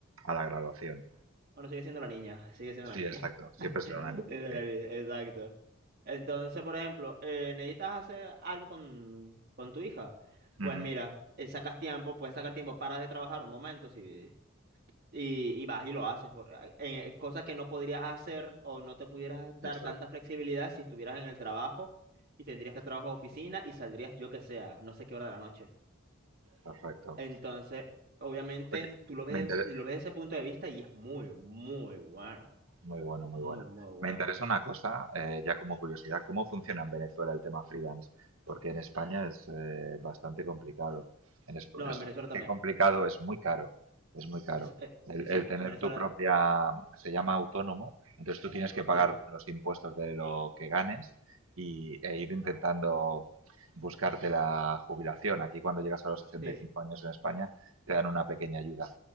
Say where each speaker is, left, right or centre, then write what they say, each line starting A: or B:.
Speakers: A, on the right; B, on the right.
A: a la graduación.
B: Bueno, sigue siendo la niña, sigue siendo
A: Sí,
B: la niña.
A: exacto,
B: <laughs>
A: siempre será
B: Es
A: una niña,
B: De
A: sí.
B: la herida, Exacto. Entonces, por ejemplo, eh, necesitas hacer algo con, con tu hija. Pues
A: Ujú,
B: mira, eh, sacas tiempo, puedes sacar tiempo, paras de trabajar un momento si, y, y vas y lo haces. por- eh, eh, cosas que no podrías hacer o no te pudieras dar
A: Eso
B: tanta
A: es.
B: flexibilidad si estuvieras en el trabajo y tendrías que trabajar a oficina y saldrías yo que sea, no sé qué hora de la noche.
A: Perfecto.
B: Entonces, obviamente,
A: Oye,
B: tú lo ves,
A: me inter-
B: lo ves desde ese punto de vista y es muy, muy bueno.
A: muy bueno, muy
B: Muy,
A: bueno.
B: muy bueno.
A: Me interesa una cosa, eh, ya como curiosidad, ¿cómo funciona en Venezuela el tema freelance? Porque en España es eh, bastante complicado. En es,
B: No,
A: es
B: en Venezuela
A: más
B: también.
A: que complicado, es muy caro. Es muy caro.
B: Es- eh,
A: El,
B: sí, sí,
A: el tener
B: en Venezuela,
A: tu propia, se llama autónomo, entonces tú tienes que pagar
B: sí,
A: los impuestos de lo que ganes y, e ir intentando buscarte la jubilación. Aquí cuando llegas a los 65
B: sí,
A: años en España te dan una pequeña ayuda.